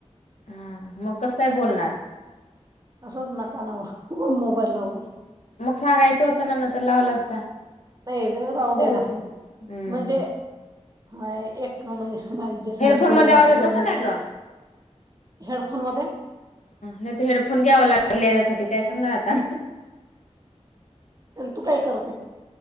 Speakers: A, on the left; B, on the right.
A: हा मग कसं काय बोलणार?
B: असचं नका नाओ तु बग मोबाईल लावुन
A: मग सांगायचं होत ना नंतर लावला असता
B: ये गहू राहू दे
A: हम्म
B: ना म्हणजे हा एक म्हणजे माझी जेठाणी
A: हेडफोन
B: पोळी
A: मध्ये
B: लागते
A: आवाज येतो का नाय ग अ
B: हेडफोन मध्ये
A: नाय तर हेड फोन घ्यावा लागल याज्यासाठी काय करणार आता
B: तू काय करत आहे?